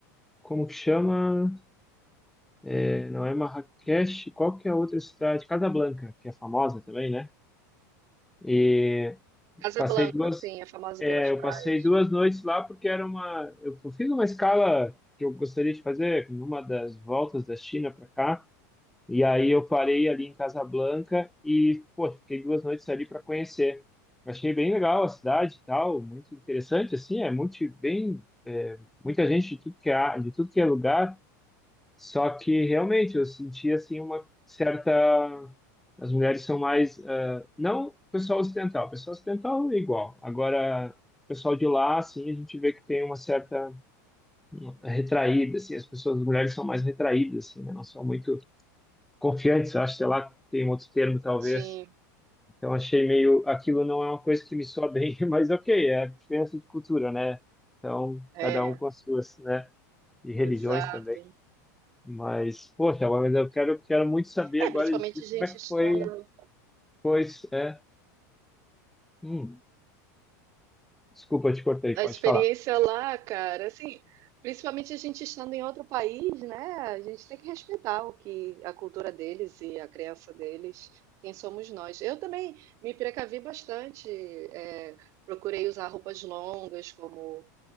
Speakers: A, in the centre; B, on the right.
A: como que chama? É, não é Marrakech, qual que é a outra cidade? Casablanca, que é famosa também, né? E
B: Casablanca,
A: passei duas,
B: assim, é famosa
A: é,
B: pelas praias.
A: eu passei duas noites lá porque era uma, eu fiz uma escala que eu gostaria de fazer numa das voltas da China para cá, E aí eu parei ali em Casablanca e, pô, fiquei duas noites ali para conhecer. Achei bem legal a cidade e tal, muito interessante, assim, é muito bem, é, muita gente de tudo que é, de tudo que é lugar, só que realmente eu senti, assim, uma certa... As mulheres são mais, ah, não o pessoal ocidental, o pessoal ocidental é igual, agora... o pessoal de lá, assim, a gente vê que tem uma certa hum, retraída, assim, as pessoas, as mulheres são mais retraídas, assim, né? Não são muito confiantes, acho, sei lá, tem um outro termo talvez.
B: Sim,
A: Então achei meio, aquilo não é uma coisa que me soa bem, <laughs> mas ok, é a diferença de cultura, né? Então,
B: é,
A: cada um com as suas, né? E religiões
B: exato.
A: também. Mas, poxa, mas eu quero, quero muito saber
B: É,
A: agora
B: principalmente
A: de ti
B: a gente
A: como é que
B: estando.
A: foi, pois, é. Hum, desculpa, eu te cortei,
B: A
A: pode
B: experiência
A: falar.
B: lá, cara, assim, principalmente a gente estando em outro país, né? A gente tem que respeitar o que a cultura deles e a crença deles, quem somos nós. Eu também me precavi bastante, é, procurei usar roupas longas, como